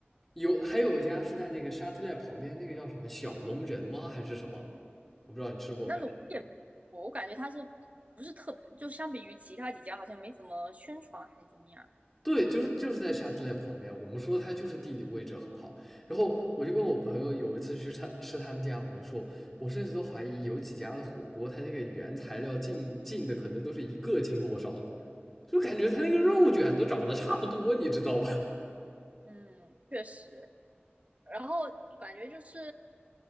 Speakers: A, in the centre; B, on the right.
A: 有还有一家是在那个沙特列旁边，那个叫什么小龙人吗？还是什么？我不知道你吃过没有。
B: 那个我也我感觉它是不是特别，就相比于其他几家好像没怎么宣传还是怎么样。
A: 对，就是就是在沙特列旁边，我们说它就是地理位置很好。然后我就跟我朋友有一次去他吃他们家，我就说，我甚至都怀疑有几家的火锅，它这个原材料进进的可能都是一个进火烧的，就感觉他那个肉卷都长得差不多，你知道吧？
B: 嗯，确实。然后感觉就是